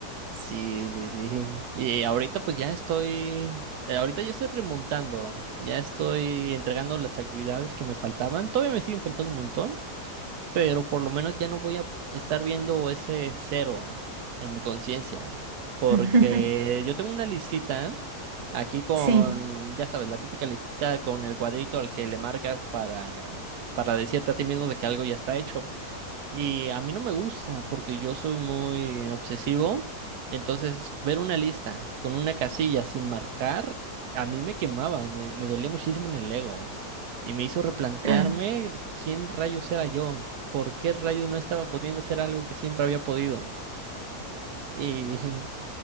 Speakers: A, on the right; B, on the right.
A: sí, sí, sí. Y ahorita pues ya estoy, eh, ahorita ya estoy remontando, ya estoy entregando las actividades que me faltaban. Todavía me siguen faltando un montón, pero por lo menos ya no voy a estar viendo ese cero en mi conciencia, porque
B: <laughs>
A: yo tengo una listita aquí con,
B: Sí,
A: ya sabes, la típica listita con el cuadrito al que le marcas para, para decirte a ti mismo de que algo ya está hecho. Y a mí no me gusta porque yo soy muy obsesivo. Entonces, ver una lista con una casilla sin marcar, a mí me quemaba, me, me dolía muchísimo en el ego. Y me hizo replantearme
B: claro.
A: quién rayos era yo, por qué rayos no estaba pudiendo hacer algo que siempre había podido. Y <laughs>